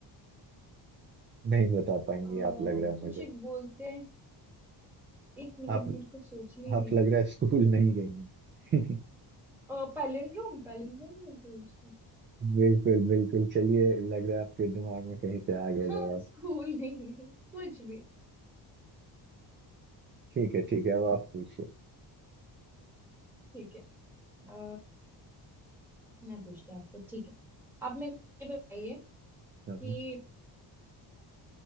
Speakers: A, on the right (about 30°); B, in the centre.
A: नहीं बता पाएंगे
B: अ,
A: आप लग रहा है
B: कुछ
A: मुझे
B: एक बोलते हैं एक मिनट
A: आप
B: मेरे को सोचने
A: आप
B: दीजिए
A: लग रहा है स्कूल नहीं गई हैं <laughs>
B: अ, पैलिंड्रोम पैलिंड्रोम बोलते हैं उसको
A: बिल्कुल बिल्कुल चलिए लग रहा है आपके दिमाग में कहीं से आ गया
B: हाँ
A: जवाब
B: स्कूल नहीं है, कुछ भी
A: ठीक है ठीक है अब आप पूछिए
B: ठीक है अ, मैं पूछती हूँ आपको ठीक है आप मेरे को ये बताइए
A: हाँ,
B: कि
A: हाँ।